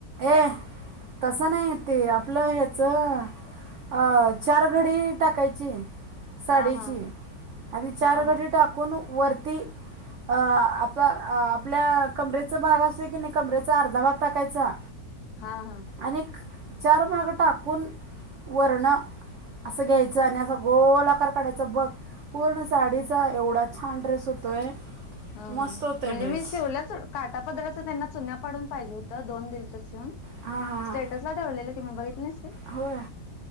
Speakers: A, on the right; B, on the left.
A: ए तसं नाही ते आपलं ह्याचं अ चार घडी टाकायची साडीची
B: हा हा
A: आणि चार
B: हा हा
A: घडी टाकून वरती अ आपला अ आपल्या कमरेचा भाग असतोय की नाही कमरेचा अर्धा भाग टाकायचा.
B: हा हा.
A: आणिक चार भाग टाकून वरनं असं घ्यायचं आणि असं गोल आकार काढायचं बघ. पूर्ण साडीचा एवढा छान ड्रेस होतोय.
B: हा
A: मस्त
B: हा,
A: होतोय
B: म्हणजे
A: ड्रेस
B: मी शिवल्या सोड. काटा पदराचं त्यांना चुन्या पाडून पाहिजे होतं, दोन दिलतं शिऊन.
A: हा हा हा.
B: ला ठेवलेलं की मी, बघितलं नाहीस काय?
A: होय?